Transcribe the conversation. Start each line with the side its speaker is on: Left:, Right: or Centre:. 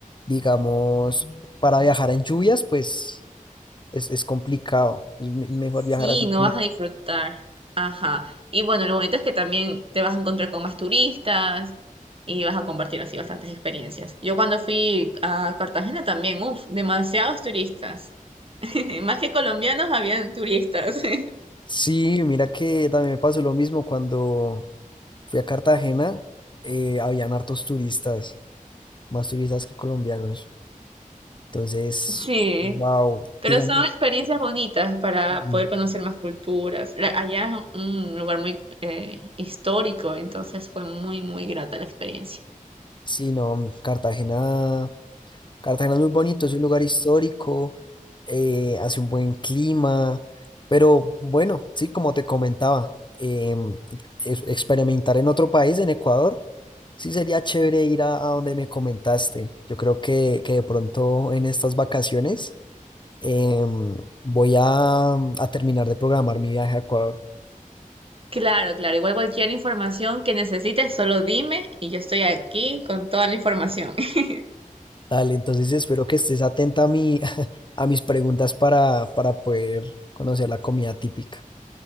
Left: digamos, para viajar en lluvias, pues es, es complicado. Es me- mejor
Right: Sí,
Left: viajar así.
Right: no vas a disfrutar. Ajá. Y bueno, lo bonito es que también te vas a encontrar con más turistas y vas a compartir así bastantes experiencias. Yo cuando fui a Cartagena también, uff, demasiados turistas. <laughs> Más que colombianos, habían turistas. <laughs>
Left: Sí, mira que también me pasó lo mismo cuando fui a Cartagena, eh, habían hartos turistas, más turistas que colombianos. Entonces,
Right: Sí,
Left: wow,
Right: Pero
Left: digamos,
Right: son experiencias bonitas para
Left: mm,
Right: poder conocer más culturas. La- Allá es un lugar muy eh, histórico, entonces fue muy, muy grata la experiencia.
Left: sí, no, Cartagena, Cartagena es muy bonito, es un lugar histórico, eh, hace un buen clima, pero bueno, sí, como te comentaba, em, es- experimentar en otro país, en Ecuador. Sí, sería chévere ir a, a donde me comentaste. Yo creo que, que de pronto en estas vacaciones em, voy a, a terminar de programar mi viaje a Ecuador.
Right: Claro, claro. Igual cualquier información que necesites, solo dime y yo estoy aquí con toda la información. <laughs>
Left: Dale, entonces espero que estés atenta a mi, <laughs> a mis preguntas para, para poder conocer la comida típica.